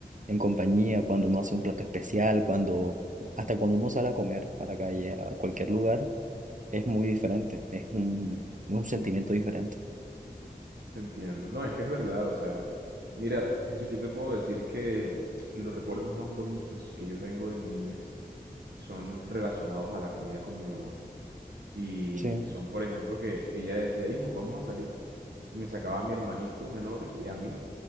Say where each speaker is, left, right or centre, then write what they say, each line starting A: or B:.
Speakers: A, on the right; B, on the right.
A: en compañía, cuando uno hace un plato especial, cuando, hasta cuando uno sale a comer a la calle, a cualquier lugar, es muy diferente. Es un, un sentimiento diferente.
B: Te entiendo. No, es que es verdad, o sea, mira, Jesús, yo te puedo decir que los recuerdos más bonitos que yo tengo de mi niñez son relacionados a la comida con mi mamá. Y
A: Sí.
B: son, por ejemplo, que ella decía, hijo, vamos a salir. Y me sacaba a mi hermanito menor y a mí.